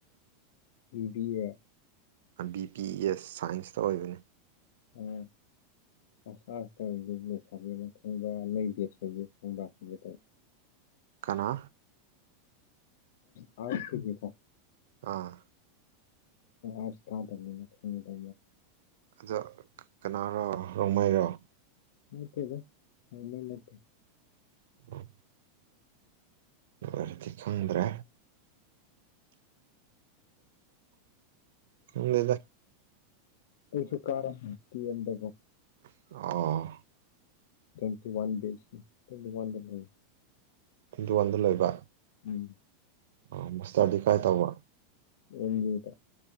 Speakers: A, on the left; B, on the right.
A: ꯏꯕꯤꯗꯤ A
B: B P S ꯁꯥꯏꯟꯁꯇ ꯑꯣꯏꯕꯅꯤ
A: ꯎꯝ ꯑꯁꯁꯤ ꯇꯧ ꯂꯣꯏ ꯁꯥꯕꯤꯦ ꯑꯃ ꯊꯪꯕ ꯅꯣꯏꯕꯦ ꯁꯣꯏꯕꯦ ꯊꯣꯡꯕ ꯍꯥꯏꯕꯗꯧ
B: ꯀꯅꯥ
A: ꯑꯥ ꯌꯦꯗ
B: ꯑꯥ
A: ꯑꯁ ꯀꯥꯗꯂꯅ ꯈꯪ ꯇ
B: ꯑꯗ ꯀꯅꯥꯔꯣ ꯔꯣꯡꯃꯩꯔꯣ
A: ꯃꯠꯇꯕ ꯅꯠꯇꯦ
B: <inaudible> <unintelligible> ꯔꯗꯤ ꯈꯪꯗ꯭ꯔꯦ ꯈꯪꯗꯦꯗ
A: ꯀꯩꯁꯨ ꯀꯝ ꯤꯣ
B: ꯑ
A: ꯇ꯭ꯋꯦꯟꯇꯤ ꯋꯥꯟ ꯕꯤ ꯇ꯭ꯋꯦꯟꯇꯤ ꯋꯥꯟꯗ ꯂꯩ
B: ꯇ꯭ꯋꯦꯟꯇꯤ ꯋꯥꯟꯗ ꯂꯣꯏꯕ
A: ꯎꯝ
B: ꯑ ꯃꯁꯇꯥꯔꯗꯤ ꯀꯥꯏ ꯇꯧꯕ
A: ꯎꯃꯤꯗ